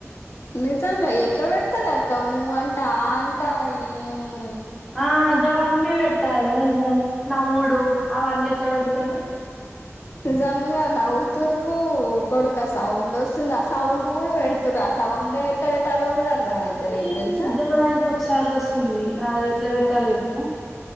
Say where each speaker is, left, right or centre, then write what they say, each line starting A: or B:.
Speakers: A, on the left; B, in the centre.
A: నిజంగా ఎట్ట పెడతారు అక్క ఊ అంటా ఆ అంటా ఏం
B: ఆ గవన్నీ పెట్టాలి ఉహు నవ్వుడు అవన్నీ ఎట్లా పెడతారు
A: నిజంగా నవ్వుతురు ఒకడుక సౌండ్ వస్తుంది ఆ సౌండ్ సౌండ్ కూడా పెడుతుండ్రు ఆ సౌండే ఎట్ల పెట్టాలో అర్థం అయితలేదు
B: ఈ
A: తెలుసా
B: ఇద్దరు వాయిస్ ఒకసారి వస్తుంది అది ఎట్లా పెట్టాలో చెప్పు